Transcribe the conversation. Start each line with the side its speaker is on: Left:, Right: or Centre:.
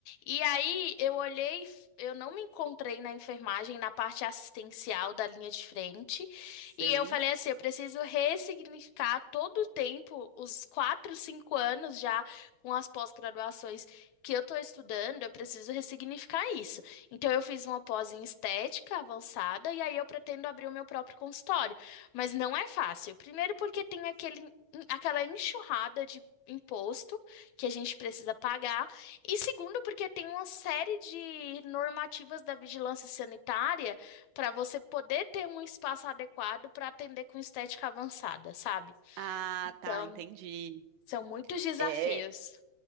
Left: E aí eu olhei, eu não me encontrei na enfermagem, na parte assistencial da linha de frente.
Right: sei.
Left: E eu falei assim, eu preciso ressignificar todo o tempo, os quatro, cinco anos já com as pós-graduações que eu estou estudando, eu preciso ressignificar isso. Então eu fiz uma pós em estética avançada e aí eu pretendo abrir o meu próprio consultório. Mas não é fácil. Primeiro porque tem aquele, aquela enxurrada de imposto que a gente precisa pagar. E segundo porque tem uma série de normativas da vigilância sanitária para você poder ter um espaço adequado para atender com estética avançada, sabe?
Right: Ah,
Left: Então,
Right: tá, entendi.
Left: são muitos desafios.
Right: É,